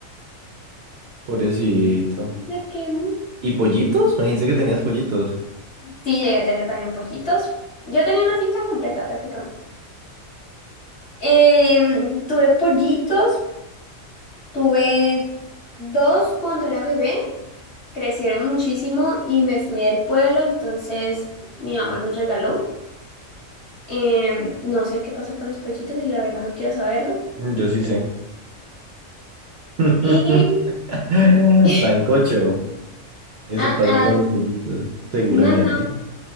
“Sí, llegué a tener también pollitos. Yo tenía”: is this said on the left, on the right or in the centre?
Left